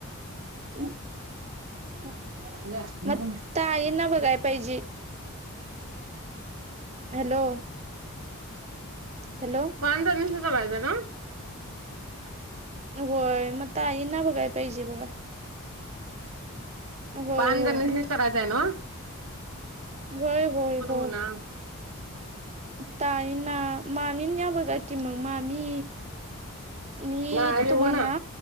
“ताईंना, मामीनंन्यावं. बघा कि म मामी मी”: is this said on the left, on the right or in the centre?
Right